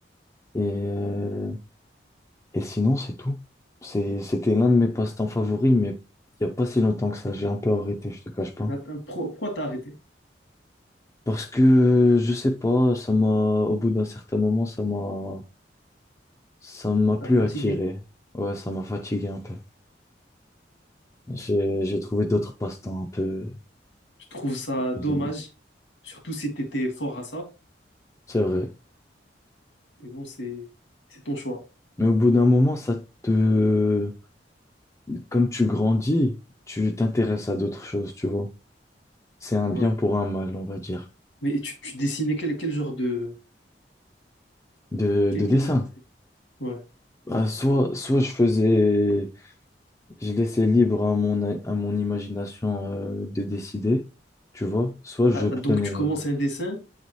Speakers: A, on the left; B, on the left.
A: Et, euh, et sinon, c'est tout. C'est, c'était l'un de mes passe-temps favoris, mais il n'y a pas si longtemps que ça, j'ai un peu arrêté, je te cache pas.
B: Attends, pro- Pourquoi t'as arrêté?
A: Parce que, je sais pas, ça m'a, au bout d'un certain moment, ça m'a, ça m'a plus
B: T'as fatigué.
A: attiré. Ouais, ça m'a fatigué un peu. J'ai, j'ai trouvé d'autres passe-temps un peu
B: Je trouve ça
A: plus
B: dommage,
A: amusant.
B: surtout si t'étais fort à ça.
A: C'est vrai.
B: Mais bon, c'est c'est ton choix.
A: Mais au bout d'un moment, ça te... Comme tu grandis, tu t'intéresses à d'autres choses, tu vois. C'est un
B: Ouais.
A: bien pour un mal, on va dire,
B: Mais tu, tu dessinais quel, quel genre de...
A: de,
B: Quel,
A: de
B: quel
A: dessin.
B: genre de... Ouais.
A: Ah, soit, soit je faisais... Je laissais libre à mon, i- à mon imagination euh, de décider, tu vois. Soit je
B: Ah,
A: prenais...
B: ah, donc tu commences un dessin